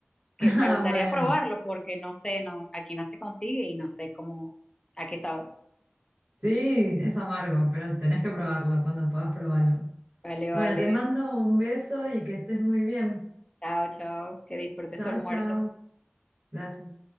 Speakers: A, on the left; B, on the right.
A: que
B: <laughs>
A: me gustaría
B: Ah, bueno.
A: probarlo porque no sé, no, aquí no se consigue y no sé cómo, a qué sabe.
B: Sí, es amargo, pero tenés que probarlo. Cuando puedas, probarlo.
A: Vale,
B: Bueno,
A: vale.
B: te mando un beso y que estés muy bien.
A: Chao, chao. Que disfrutes
B: Chao,
A: tu almuerzo.
B: chao. Gracias.